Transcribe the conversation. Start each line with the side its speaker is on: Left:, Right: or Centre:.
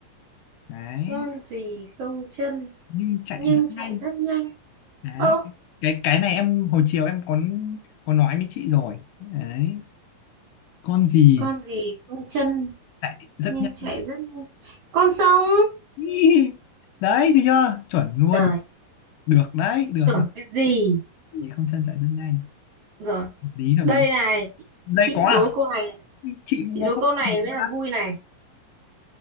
Left: Đấy,
Right: con gì không chân
Left: nhưng chạy
Right: nhưng
Left: rất nhanh.
Right: chạy rất nhanh
Left: Đấy,
Right: ơ
Left: cái cái này em hồi chiều em có có nói với chị rồi. Đấy, con gì
Right: con gì không chân
Left: chạy rất
Right: nhưng
Left: nhanh.
Right: chạy rất nhanh con sông
Left: Ý, <laughs> Đấy thì chưa? Chuẩn luôn.
Right: rồi
Left: Được đấy, được
Right: tưởng
Left: đấy.
Right: cái gì
Left: Con Gì không chân chạy rất nhanh.
Right: rồi
Left: Hợp lý hợp
Right: đây
Left: lý.
Right: này
Left: Đây
Right: chị
Left: có à?
Right: đố câu này
Left: Chị cũng
Right: chị
Left: có
Right: đố
Left: không
Right: câu này
Left: đố nữa.
Right: mới là vui này